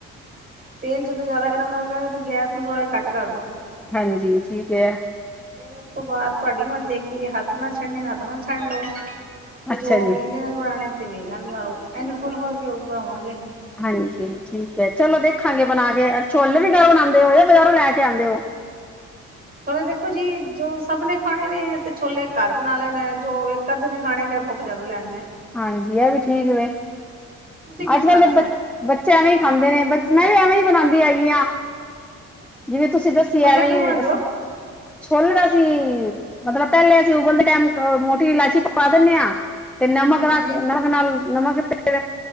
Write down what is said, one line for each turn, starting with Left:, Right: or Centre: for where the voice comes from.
Right: ਤੇਲ ਜਦੋਂ ਜ਼ਿਆਦਾ ਗਰਮ ਹੋ ਗਿਆ ਤੇ ਗੈਸ ਨੂੰ ਥੋੜਾ ਜਹਾ ਘੱਟ ਕਰ ਦੋ।
Centre: ਹਾਂਜੀ ਠੀਕ ਐ।
Right: ਫਿਰ ਉਸ ਤੋਂ ਬਾਅਦ ਤੁਹਾਡੀ ਮਰਜ਼ੀ ਹੈਗੀ ਹੱਥ ਨਾਲ ਛੱਡੇ ਹੱਥ ਨਾਲ ਛੱਡ ਲੋ। ਤੇ
Centre: ਅੱਛਾ
Right: ਜੋ
Centre: ਜੀ
Right: ਵੇਲਣੇ ਨਾਲ ਬਣਾਣੇ ਤੇ ਵੇਲਣੇ ਨਾਲ ਬਣਾ ਲੋ ਇਹਨੇ ਫੁੱਲ-ਫੁੱਲ ਕੇ ਉੱਪਰ ਆਉਣਗੇ।
Centre: ਹਾਂਜੀ ਠੀਕ ਹੈ ਚਲੋ ਦੇਖਾਂਗੇ ਬਣਾ ਕੇ ਛੋਲੇ ਵੀ ਘਰ ਬਣਾਦੇ ਹੋ ਜਾਂ ਬਜ਼ਾਰੋਂ ਲੈ ਕੇ ਆਉਂਦੇ ਹੋ।
Right: ਨਾਲੇ ਦੇਖੋ ਜੀ ਜੋ ਸਭ ਨੇ ਖਾਣੇ ਨੇ ਤੇ ਛੋਲੇ ਘਰ ਬਣਾ ਲੈਣਾ ਜੋ ਇੱਕ-ਅੱਧੇ ਨੇ ਖਾਣੇ ਫਿਰ ਆਪਾਂ ਬਜਾਰੋ ਲੈ ਆਨੇ।
Centre: ਹਾਂਜੀ ਇਹ ਵੀ ਠੀਕ ਵੇ।
Right: ਤੁਸੀਂ ਕੀ
Centre: ਅੱਜਕੱਲ
Right: ਬਣਾਉਂਦੇ
Centre: ਦੇ
Right: ਹੋ
Centre: ਬੱਚ ਬੱਚਿਆ ਨੇ ਹੀ ਖਾਂਦੇ ਨੇ ਮੈਂ ਵੀ ਐਵੇਂ ਹੀ ਬਣਾਦੀ ਹੈਗੀ ਆ।
Right: ਅੱਛਾ
Centre: ਜਿਵੇਂ
Right: ਜੀ,
Centre: ਤੁਸੀਂ ਦੱਸੀ
Right: ਛੋਲੇ
Centre: ਐਵੇਂ
Right: ਕਿਵੇਂ
Centre: ਹੀ,
Right: ਬਣਾਉਂਦੇ ਹੋ
Centre: ਛੋਲਣਾ ਸੀ। ਮਤਲਬ ਪਹਿਲੇ ਅਸੀਂ ਉਬਲਦੇ ਟਾਈਮ ਮੋਟੀ ਇਲਾਚੀ ਪਾ ਦਿੰਨੇ ਆ ਤੇ
Right: ਹਾਂਜੀ
Centre: <unintelligible> ਨਮਕ ਨਾਲ ਨਮਕ ਤੇ